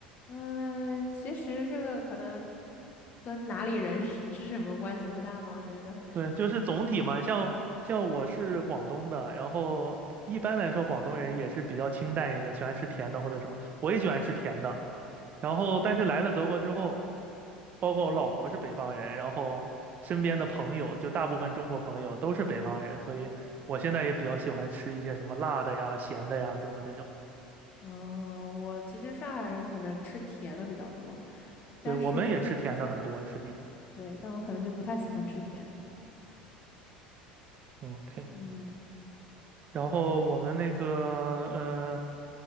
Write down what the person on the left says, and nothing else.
嗯、其实这个可能跟哪里人 <laughs> 吃什么关系不大吧，我觉得。
嗯、我其实上海人可能吃甜的比较多，但是我
对，但我可能就不太喜欢吃甜的。
嗯。